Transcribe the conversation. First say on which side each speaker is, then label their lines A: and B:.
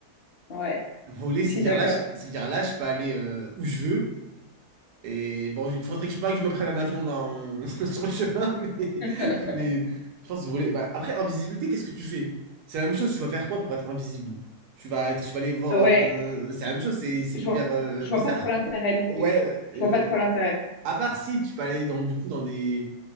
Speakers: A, on the left; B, on the right.
A: Ouais,
B: Voler,
A: je
B: c'est
A: suis
B: dire
A: d'accord.
B: là, je- c'est dire là, je peux aller euh, où je veux. Et bon, il faudrait que je, pas que je me prenne un avion dans, <laughs> sur le chemin, <laughs> mais,
A: <laughs>
B: mais je pense voler. ouais. Après, invisibilité, qu'est-ce que tu fais? C'est la même chose, tu vas faire quoi pour être invisible? Tu vas être, tu vas aller voir.
A: Ouais,
B: euh, c'est la même chose, c'est c'est
A: je
B: hyper
A: vois,
B: euh,
A: je
B: bizarre.
A: vois pas trop l'intérêt non plus.
B: Ouais, euh,
A: Je vois pas trop l'intérêt.
B: à part si tu peux aller dans, du coup, dans des